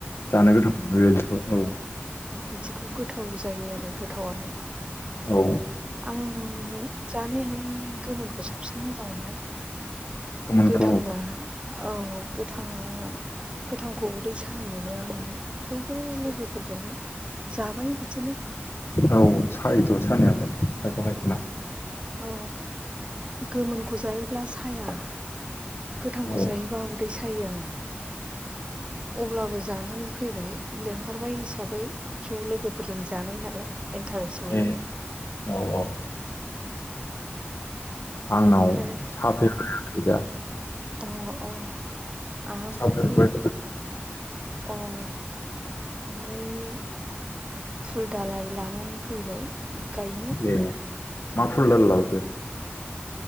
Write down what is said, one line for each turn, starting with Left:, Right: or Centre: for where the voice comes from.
Left: जानो गोथाव मोनथारो बिदिखौ औ
Right: बिदिखौ गोथाव जायो आरो गोथावलाय
Left: औ
Right: आं जानायालाय गोमोनखौ साबसिन मोजां मोनो।
Left: गोमोनथ'
Right: गोथाङा औ गोथाङा गोथांखौ उदै सानाय मोनो आङो थेवबो लोगोफोर फोरजों जाबाय बिदिनो
Left: औ सायोथ' सानायालाय खायफा खायफा ना
Right: औ गोमोनखौ जायोब्ला साया गोथांखौ
Left: औ
Right: जाहायोबा उदै सायो आंना अब्लाबो जानानै फैबाय लेंहरबाय हिसाबै ज' लोगोफोरजों जानाय नालाय इन्टारेस्ट मोनो
Left: ए औ औ आंनाव
Right: ओमफ्राय
Left: साफेरबायाखै दा
Right: अ अ आओमफ्राय
Left: साफेरबाय
Right: अ ओमफ्राय फुल दालाय लानानै फैबाय गायनो
Left: ए मा फुल दालाय लााबोदों